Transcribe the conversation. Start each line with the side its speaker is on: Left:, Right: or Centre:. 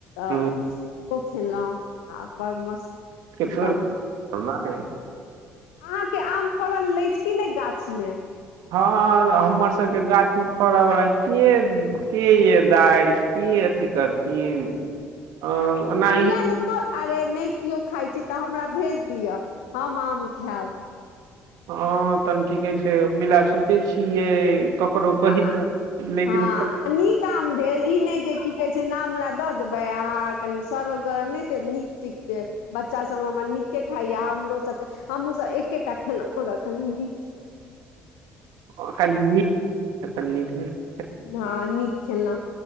Left: अऽ
Right: हुं
Left: ओ खेलौ आ बड़ मस्त
Right: <unintelligible>
Left: एकदम अहाँके आम फड़ल अछि कि नहि गाछ मे
Right: हँ हमर सबके गाछ मे फड़ऽ बला के की य दाइ की अथी करथिन ओ ओना
Left: किया नहि तो अरे नहि केओ खाय छी तऽ हमरा भेज दिअ हम आम खायब
Right: हँ तन की कहै छै ओहि लए सोचै छियै ककरो कही
Left: तऽ
Right: क कही लेकिन
Left: हँ
Right: क
Left: आ नीक आम भेल ई नहि जे की कहै छै नाम ल दऽ देबै अहाँ कनि सड़ल गरल नहि देब नीक ठिक देब बच्चासभ हमर नीके खायए हमरो सभके हमहूँसभ एकेटा खेलहुँ मगर कनी नीक
Right: <unintelligible>
Left: हँ नीक खेलहुँ